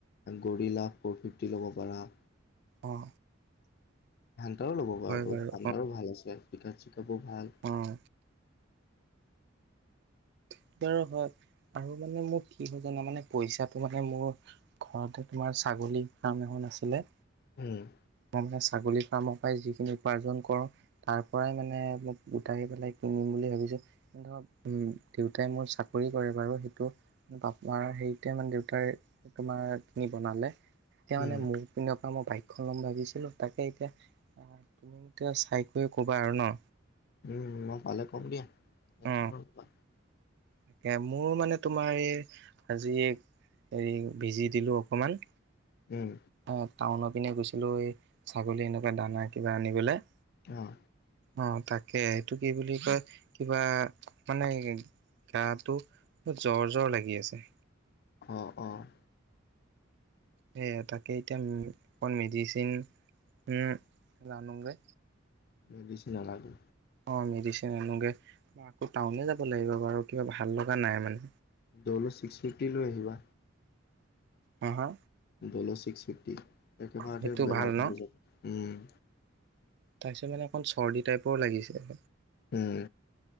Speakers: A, on the left (about 50°); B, on the right (about 60°).
A: গৰিলা ফ'ৰ ফিফটি ল'ব পাৰা।
B: অঁ।
A: হান্তাও ল'ব পাৰ তো
B: বাৰু
A: হান্তাও ভাল আছে পিকাব চিকাবও ভাল।
B: উম, স বাৰ হয় আৰু মানে মোৰ কি হয় জানা মানে পইচাটো মানে মোৰ ঘৰতে তোমাৰ ছাগলী ফাৰ্ম এখন আছিলে।
A: উম,
B: মই মানে ছাগলী ফাৰ্মৰ পৰাই যিখিনি উপাৰ্জন কৰো তাৰ পৰাই মানে মোক গোটাই পেলাই কিনিম বুলি ভাবিছোঁ ধৰক, উ দেউতাই মোৰ চাকৰি কৰে, বাৰু সেইটো পাপাৰ হেৰিতে মানে দেউতাৰ তোমাৰ খিনি বনালে তেতিয়া
A: উম,
B: মানে মোক। তপ পৰা মই বাইকখন ল'ম ভাবিছিলো, তাকে এতিয়া তুমি এতিয়া চাই কৰি ক'বা আৰু ন।
A: উম, মই পালে কম দিয়া। টেনচন
B: অ
A: নলবা।
B: তাকে, মোৰ মানে তোমাৰ এই আজি হেৰি, ভিজি দিলোঁ অকণমান।
A: উম।
B: এ টাউনৰ পিনে গৈছিলো এই, ছাগলী এনেকুৱা দানা কিবা আনিবলে।
A: অঁ।
B: অঁ তাকে এইটো কি বুলি কয় কিবা মানে গাটো ব জ্বৰ জ্বৰ লাগি আছে।
A: অঁ অঁ।
B: সেয়া তাকে এতিয়া উম অকণ মেডিচিন উম লানোগে।
A: মই বেছি নালাগো।
B: অ মেডিচিন আনোগে, আকৌ টাউনে যাব লাগিব বাৰু কিবা ভাল লগা নাই মানে।
A: দলো, ছিক্স ফিফ্টি লৈ আহিবা।
B: হ হা?
A: দলো ছিক্স ফিফটি, একেবাৰতে
B: সেইটো
A: বেমাৰ ভাল
B: ন
A: হৈ যাব উম।
B: তাৰপিছত মানে অকণ চৰ্দি টাইপৰ লাগিছে।
A: উম।